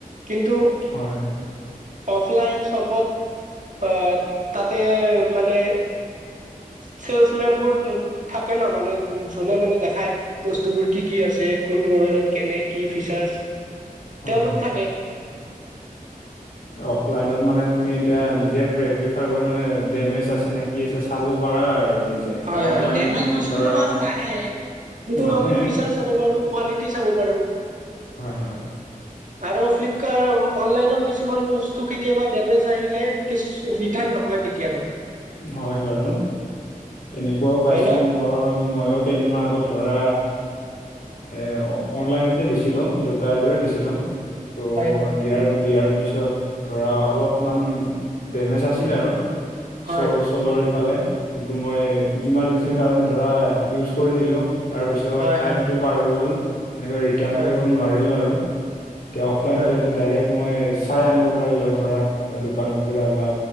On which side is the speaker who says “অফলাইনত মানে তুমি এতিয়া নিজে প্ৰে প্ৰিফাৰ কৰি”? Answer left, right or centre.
Left